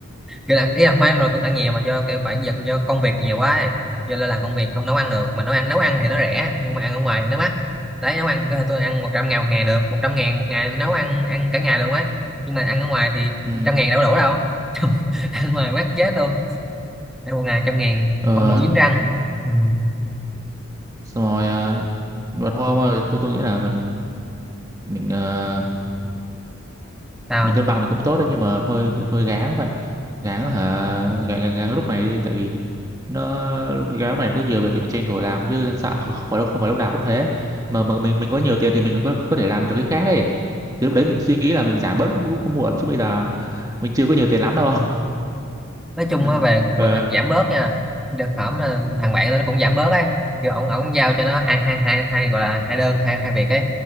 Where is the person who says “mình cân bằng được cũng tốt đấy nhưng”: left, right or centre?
Right